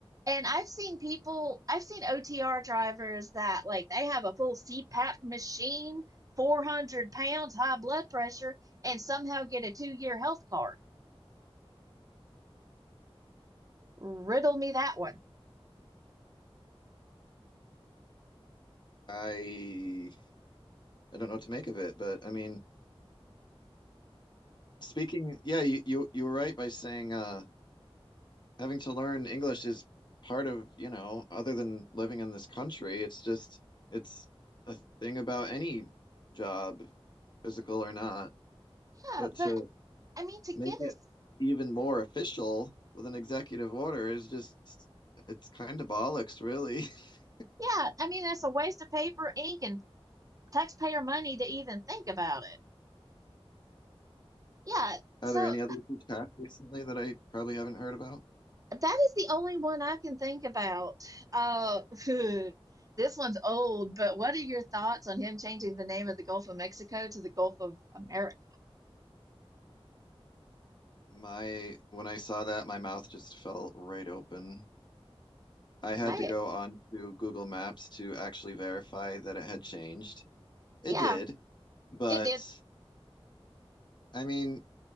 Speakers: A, on the right (about 35°); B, on the left (about 50°).
A: And I've seen people, I've seen OTR drivers that like they have a full CPAP machine, 400 pounds, high blood pressure, and somehow get a two-year health card. Riddle me that one.
B: I I don't know what to make of it, but I mean, speaking, yeah, you you you were right by saying uh having to learn English is part of, you know, other than living in this country, it's just it's a thing about any job, physical or not.
A: Yeah,
B: But
A: but
B: to
A: I mean, to
B: make
A: get us,
B: it even more official with an executive order is just it's kind of bollocks, really. <laughs>
A: yeah, I mean, that's a waste of paper, ink, and taxpayer money to even think about it. Yeah.
B: Are
A: So
B: there any others that's passed recently that I probably haven't heard about?
A: That is the only one I can think about. Uh, <laughs> this one's old, but what are your thoughts on him changing the name of the Gulf of Mexico to the Gulf of America?
B: My when I saw that, my mouth just fell right open. I had
A: May
B: to go on to Google Maps to actually verify that it had changed. It
A: Yeah,
B: did. But
A: it did.
B: I mean,